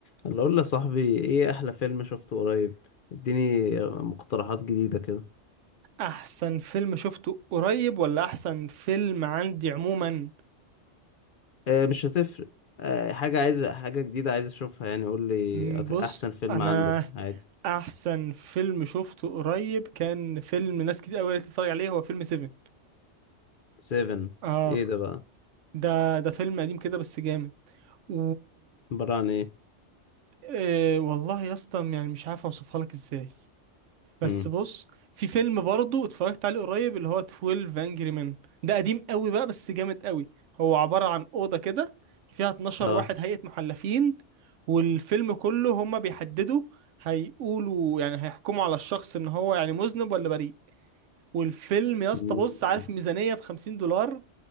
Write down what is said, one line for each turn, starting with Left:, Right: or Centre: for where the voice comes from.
Left: اللي اقول يا صاحبي ايه احلى فيلم شفته قريب اديني مقترحات جديدة كده
Right: احسن فيلم شفته قريب ولا احسن فيلم عندي عموما
Left: اه مش هتفرق اه حاجة عايز حاجة جديدة عايز اشوفها يعني قول لي
Right: مم،
Left: أك-
Right: بص
Left: احسن فيلم
Right: انا
Left: عندك عادي
Right: احسن فيلم شفته قريب كان فيلم ناس كتير قوي تتفرج عليه هو فيلم 7
Left: سيفن
Right: اه
Left: ايه ده بقى
Right: ده ده فيلم قديم كده بس جامد و
Left: عبارة عن ايه
Right: آه والله يا اسطى يعني مش عارف اوصفها لك ازاي بس
Left: مم.
Right: بص في فيلم برضه اتفرجت عليه قريب اللي هو 12 انجري مان ده قديم قوي بقى بس جامد قوي هو عبارة عن أوضة كده فيها 12
Left: اه
Right: واحد هيئة محلفين والفيلم كله هما بيحددوا هيقولوا يعني هيحكموا على الشخص ان هو يعني مذنب ولا بريء والفيلم يا اسطى
Left: مم.
Right: بص عارف ميزانية ب 50 دولار